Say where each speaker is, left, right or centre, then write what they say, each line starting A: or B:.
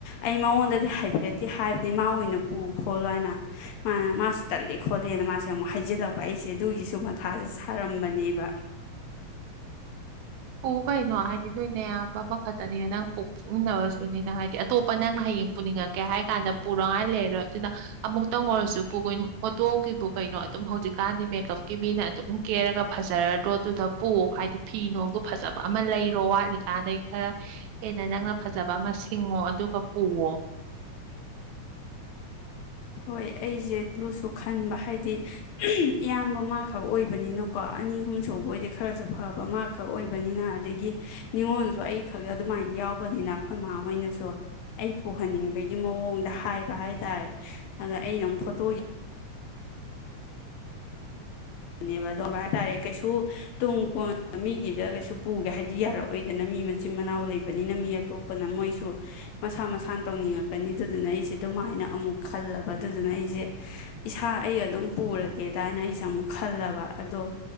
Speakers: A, on the left; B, on the right.
A: ꯑꯩ ꯃꯉꯣꯟꯗꯗꯤ ꯍꯥꯏꯐꯦꯠꯇꯦ ꯍꯥꯏꯕꯗꯤ ꯃꯥ ꯑꯣꯏꯅ ꯄꯨ ꯈꯣꯠꯂꯣ ꯍꯥꯏꯅ ꯃꯥꯅ ꯃꯥꯁꯨ ꯇꯠꯂꯦ ꯈꯣꯠꯂꯦꯅ ꯃꯥꯁꯦ ꯑꯃꯨꯛ ꯍꯩꯖꯤꯜꯂꯛꯄ ꯑꯩꯁꯦ ꯑꯗꯨꯒꯤꯁꯨ ꯃꯊꯥꯁꯦ ꯁꯥꯔꯝꯕꯅꯦꯕ
B: ꯄꯨ ꯀꯩꯅꯣ ꯍꯥꯏꯗꯤ ꯅꯣꯏꯅ ꯑꯌꯥꯝꯕ ꯃꯈꯛꯇꯅꯤꯅ ꯅꯪ ꯄꯣꯛꯅꯤꯡꯅꯕꯁꯨꯅꯤꯅ ꯍꯥꯏꯗꯤ ꯑꯇꯣꯞꯄ ꯅꯪ ꯍꯌꯦꯡ ꯄꯨꯅꯤꯡꯉꯛꯀꯦ ꯍꯥꯏ ꯀꯥꯟꯗ ꯄꯨꯔꯉꯥꯏ ꯂꯩꯔꯔꯣꯏ ꯑꯗꯨꯅ ꯑꯃꯨꯛꯇꯪ ꯑꯣꯏꯔꯁꯨ ꯄꯨꯈꯣꯏꯅꯣ ꯍꯣꯇꯣꯒꯤꯕꯨ ꯀꯩꯅꯣ ꯑꯗꯨꯝ ꯍꯧꯖꯤꯛꯀꯥꯟꯗꯤ ꯃꯦꯀꯞꯀꯤ ꯃꯤꯅ ꯑꯗꯨꯝ ꯀꯦꯔꯒ ꯐꯖꯔꯗ꯭ꯔꯣ ꯑꯗꯨꯗ ꯄꯨ ꯍꯥꯏꯗꯤ ꯐꯤ ꯅꯨꯡꯗ ꯐꯖꯕ ꯑꯃ ꯂꯩꯔꯣ ꯋꯥꯠꯂꯤꯀꯥꯟꯗꯩ ꯈꯔ ꯍꯦꯟꯅ ꯅꯪꯅ ꯐꯖꯕ ꯑꯃ ꯁꯤꯡꯉꯣ ꯑꯗꯨꯒ ꯄꯨꯋꯣ
A: ꯍꯣꯏ ꯑꯩꯁꯦ ꯑꯗꯨꯁꯨ ꯈꯟꯕ ꯍꯥꯏꯗꯤ ꯏꯌꯥꯝꯕ ꯃꯥ ꯈꯛ ꯑꯣꯏꯕꯅꯤꯅꯀꯣ ꯑꯅꯤ ꯑꯍꯨꯝꯁꯨꯕ ꯑꯣꯏꯗꯤ ꯈꯔꯁꯨ ꯐꯕ ꯃꯥ ꯈꯛ ꯑꯣꯏꯕꯅꯤꯅ ꯑꯗꯒꯤ ꯅꯤꯉꯣꯟꯜꯁꯨ ꯑꯩꯈꯛ ꯑꯗꯨꯃꯥꯏꯅ ꯌꯥꯎꯕꯅꯤꯅ ꯑꯩꯈꯣꯏ ꯃꯥꯍꯣꯏꯅꯁꯨ ꯑꯩ ꯄꯨꯍꯟꯅꯤꯡꯕꯒꯤ ꯃꯑꯣꯡꯗ ꯍꯥꯏꯕ ꯍꯥꯏ ꯇꯔꯦ ꯑꯗ ꯑꯩꯅ ꯑꯃꯨꯛ ꯐꯣꯇꯣꯒꯤ ꯅꯦꯕ ꯑꯣꯕ ꯍꯥꯏꯇꯥꯔꯦ ꯀꯩꯁꯨ ꯇꯨꯡ ꯀꯣꯟ ꯃꯤꯒꯤꯗ ꯀꯩꯁꯨ ꯄꯨꯒꯦ ꯍꯥꯏꯕꯗꯤ ꯌꯥꯔꯛꯑꯣꯏꯗꯅ ꯃꯤ ꯃꯆꯤꯟ ꯃꯅꯥꯎ ꯂꯩꯕꯅꯤꯅ ꯃꯤ ꯑꯇꯣꯞꯄꯅ ꯃꯣꯏꯁꯨ ꯃꯁꯥ ꯃꯁꯥꯅ ꯇꯧꯅꯤꯡꯉꯛꯀꯅꯤ ꯑꯗꯨꯗꯨꯅ ꯑꯩꯁꯦ ꯑꯗꯨꯃꯥꯏꯅ ꯑꯃꯨꯛ ꯈꯜꯂꯕ ꯑꯗꯨꯗꯨꯅ ꯑꯩꯁꯦ ꯏꯁꯥ ꯑꯩ ꯑꯗꯨꯝ ꯄꯨꯔꯒꯦꯗ ꯍꯥꯏꯅ ꯑꯩꯁꯦ ꯑꯃꯨꯛ ꯈꯜꯂꯕ ꯑꯗꯣ